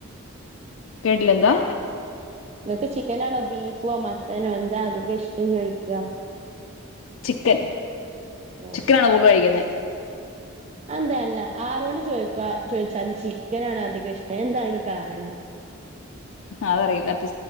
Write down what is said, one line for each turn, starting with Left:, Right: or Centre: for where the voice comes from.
Left: കേട്ടില്ലെന്താ
Right: നിങ്ങക്ക് ചിക്കനാണോ ബീഫോ മട്ടനോ എന്താ അധികം ഇഷ്ടം ചോയിക്കാ
Left: ചിക്കൻ
Right: ഓഹ്
Left: ചിക്കനാണോ കൂടുതൽ കഴിക്കുന്നേ
Right: അതെന്താ അല്ല ആരോട് ചോദിക്കാ ചോദിച്ചാലും ചിക്കനാണ് അധിക ഇഷ്ടം എന്താ അതിന് കാരണം
Left: അതറിയില്ല അപ്പ